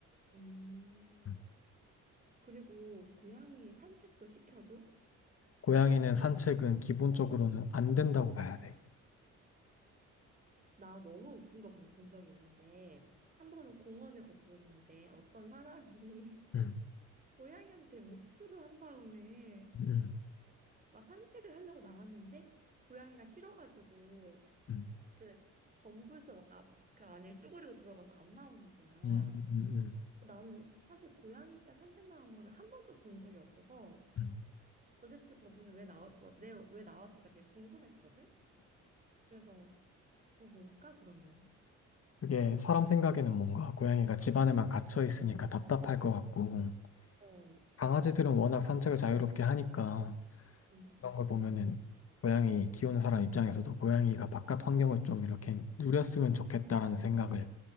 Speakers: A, on the right; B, on the left.
A: 음.
B: 음,
A: 그리고 고양이 산책도 시켜줘?
B: 고양이는 산책은 기본적으로는 안 된다고 봐야 돼.
A: 나 너무 웃긴 거 본 적이 있는데 한 번은 공원을 걷고 있는데 어떤 사람이 <laughs>
B: 음,
A: 고양이한테 목줄을 한 다음에
B: 음.
A: 막 산책을 하려고 나왔는데 고양이가 싫어가지고
B: 음.
A: 그 덤불섬 앞그 안에 쭈그리고 들어가서 안 나오는 거야.
B: 음, 음, 음,
A: 나는 사실 고양이가 산책 나온 거를 한 번도 본 적이 없어서
B: 음.
A: 도대체 저분은 왜 나왔 내 왜 나왔을까 되게 궁금했거든. 그래서 그거 뭘까 그러면?
B: 그게 사람 생각에는 뭔가 고양이가 집 안에만 갇혀 있으니까 답답할 것 같고
A: 어,
B: 강아지들은 워낙 산책을 자유롭게 하니까
A: 음,
B: 그런 걸 보면은 고양이 키우는 사람 입장에서도 고양이가 바깥 환경을 좀 이렇게 누렸으면 좋겠다라는 생각을